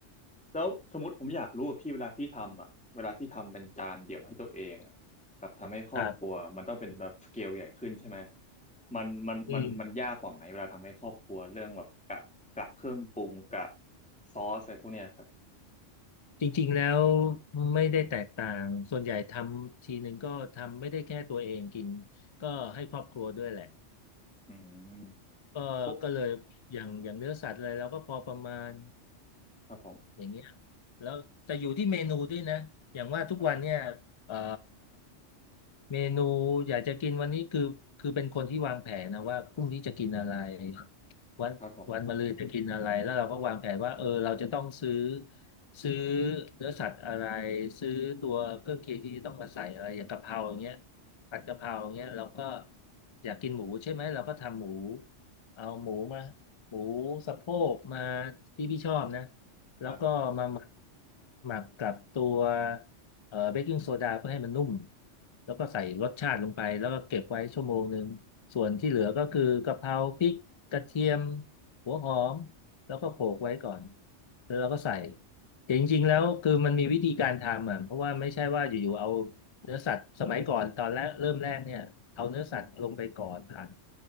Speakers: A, in the centre; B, on the left.
A: แล้วสมมติผมอยากรู้ว่าพี่เวลาพี่ทำอ่ะเวลาพี่ทำเป็นจานเดี่ยวให้ตัวเองอ่ะกับทำให้ครอบครัวมันต้องเป็นแบบสเกลใหญ่ขึ้นใช่ไหม
B: ครับ
A: มันมันมันมันยากกว่าไหมเวลาทำให้ครอบครัวเรื่องแบบกะกะเครื่องปรุงกะ
B: อืม
A: ซอสอะไรพวกเนี้ยครับ
B: จริงๆแล้วไม่ได้แตกต่างส่วนใหญ่ทำทีหนึ่งก็ทำไม่ได้แค่ตัวเองกินก็ให้ครอบครัวด้วยแหละ
A: อืม
B: ก็ก็เลยอย่างอย่างเนื้อสัตว์อะไรเราก็พอประมาณ
A: ปุ๊บครับผม
B: อย่างเงี้ยแล้วแต่อยู่ที่เมนูด้วยนะอย่างว่าทุกวันเนี่ย
A: ครับ
B: เอ่อ เมนูอยากจะกินวันนี้คือคือเป็นคนที่วางแผนนะว่าพรุ่งนี้จะกินอะไรวันวันมะรืนจะกินอะไรแล้วเราก็วางแผนว่าเออเราจะต้องซื้อ
A: ครับผม
B: ซื้อเนื้อสัตว์อะไรซื้อตัวเครื่องเคียงที่จะต้องมาใส่อะไรอย่างกะเพราอย่างเงี้ยผัดกะเพราอย่างเงี้ยเราก็อยากกินหมูใช่ไหมเราก็ทำหมูเอาหมูมาหมูสะโพกมาที่พี่ชอบนะแล้วก็มาหมัก
A: ครับ
B: หมักกับตัว เอ่อเบกกิ้งโซดาเพื่อให้มันนุ่มแล้วก็ใส่รสชาติลงไปแล้วก็เก็บไว้ชั่วโมงหนึ่งส่วนที่เหลือก็คือกะเพราพริกกระเทียมหัวหอมแล้วก็โขลกไว้ก่อนแล้วเราก็ใส่แต่จริงๆแล้วคือมันมีวิธีการทำอ่ะเพราะว่าไม่ใช่ว่าอยู่ๆเอาเนื้อสัตว์สมัยก่อนตอนแรกเริ่มแรกเนี่ยเอาเนื้อสัตว์ลงไปก่อนผ่าน